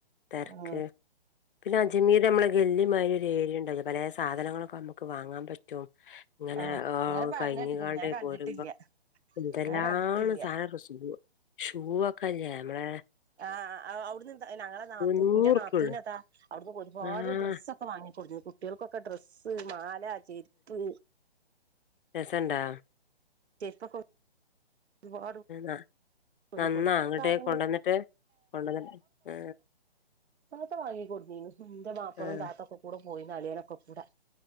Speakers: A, on the left; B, on the right.
A: തെര്ക്ക്.
B: ഉം
A: പിന്നെ അജ്മീര് അമ്മളെ ഗെല്ലിമാരി ഒരു ഏര്യണ്ടല്ലോ പലേ സാധനങ്ങളൊക്കെ അമ്മക്ക് വാങ്ങാ പറ്റും. <inaudible> ഇങ്ങനെ
B: ആഹ് അങ്ങനെ പറഞ്ഞേട്ട്ക്ക്ണ്
A: കഴിഞ്ഞ് കാണ്ട്
B: ഞാൻ കണ്ടിട്ടില്ല
A: പോരുമ്പം എന്തെല്ലാണ്
B: ഞാൻ കണ്ടിട്ടില്ല
A: സാധന സൂ ഷൂ വൊക്കല്യേ അമ്മളെ
B: ആ ഔട്ന്ന് ഞങ്ങളെ നാത്തു
A: നൂറുപ്യള്ളൂ
B: ഇന്റെ നാത്തൂനതാ അവിട്ന്ന് ഒരുപാട്
A: ആഹ്
B: ഡ്രസ്സൊ ക്കെ വാങ്ങിക്കൊട്ന്നീനു കുട്യാക്കൊക്കെ ഡ്രസ്സ്, മാല, ചെര്പ്പ്
A: സണ്ടാ?
B: <unintelligible> <unintelligible>
A: ആ
B: വാങ്ങിക്കൊടുന്നു
A: നന്നാ ഇങ്ങട്ട്
B: സാധനങ്ങൾ
A: കൊണ്ടന്ന്ട്ട് കൊണ്ടന്ന് ഏ
B: ത്ത വാങ്ങിക്കൊട്ന്നീനു ഇന്റെ മാപ്പളിം
A: ആഹ്
B: താത്തൊക്കെകൂടെ പോയീന്ന് അളെനൊക്കെ കൂടെ.